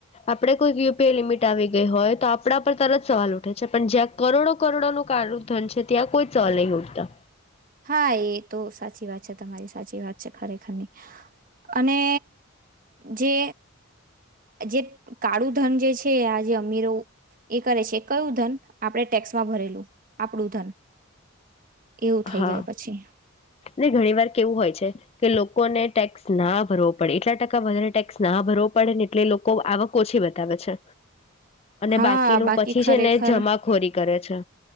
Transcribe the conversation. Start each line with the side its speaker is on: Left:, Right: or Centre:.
Left: આપણે કોઈક યુપીએ લિમિટ આવી ગઈ હોય તો આપણા પર તરત સવાલ ઉઠે છે પણ જ્યાં કરોડો કરોડો નું કાળુ ધન છે ત્યાં કોઈ સવાલ નહીં ઉઠતા
Right: હા એ તો સાચી વાત છે તમારી સાચી વાત છે ખરેખરની અને જે જે કાળું ધન જે છે આ જે અમીરો એ કરે છે કયું ધન આપડે ટેક્સમાં ભરેલું આપડું ધન. એવું થઈ
Left: હા
Right: જાય પછી
Left: ને ઘણી વાર કેવું હોય છે. કે લોકોને ટેક્સ ના ભરવો પડે એટલા ટકા વધારે ટેક્સ ના ભરવો પડે ને એટલે લોકો આવક ઓછી બતાવે છે. અને
Right: હા
Left: બાકીનું
Right: બાકી
Left: પછી
Right: ખરેખર
Left: છે ને જમાખોરી કરે છે.